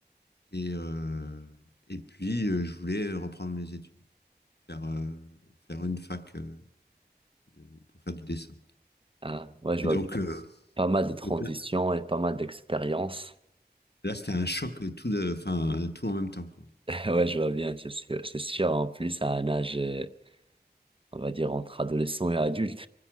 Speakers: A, on the left; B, on the right.
A: Et, euh, et puis, euh, je voulais reprendre mes études, faire, euh, faire une fac euh, de- pour faire du dessin.
B: Ah, ouais, je
A: Et
B: vois
A: donc, euh,
B: pas mal de transitions
A: donc là,
B: et pas mal d'expériences.
A: là, c'était un choc, euh, tout, de, enfin, euh, tout en même temps, quoi.
B: <laughs> Ouais, je vois bien, c'est sûr. C'est sûr, en plus, à un âge, euh, on va dire, entre adolescent et adulte.